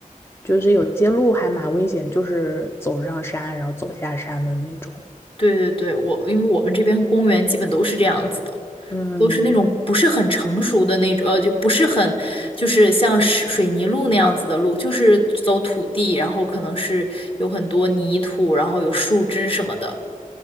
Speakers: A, on the left; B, on the left.
A: 就是有些路还蛮危险，就是走上山然后走下山的那种，
B: 对对对，我因为我们这边公园基本都是这样子的，
A: 嗯，
B: 都是那种不是很成熟的那种，呃，就不是很就是像水水泥路那样子的路，就是走土地，然后可能是有很多泥土，然后有树枝什么的。